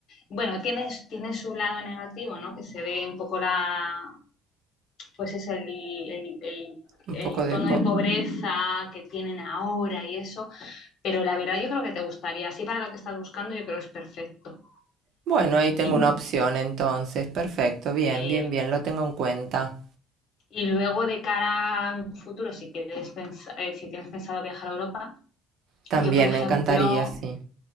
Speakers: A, on the left; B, on the right.
A: Bueno, tiene, tiene su lado negativo, ¿no? Que se ve un poco la, pues es el, el, el,
B: un
A: el,
B: poco de...
A: tono
B: po-
A: de pobreza que tienen ahora y eso. Pero la verdad yo creo que te gustaría, así para lo que estás buscando yo creo que es perfecto.
B: Bueno, ahí tengo
A: Y,
B: una opción entonces. Perfecto, bien,
A: eh,
B: bien, bien, lo tengo en cuenta.
A: y luego de cara a un futuro, si, quieres pensar, eh, si tienes pensado viajar a Europa,
B: También
A: yo por ejemplo,
B: me encantaría, sí.